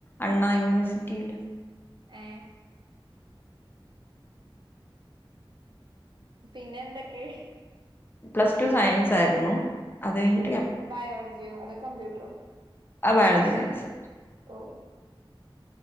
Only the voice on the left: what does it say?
അണ്ണാ യൂണിവേഴ്സിറ്റിയില്
പ്ലസ് ടു സയൻസ് ആയിരുന്നു അത് കഴിഞ്ഞ
ആ ബയോളജി സയൻസ്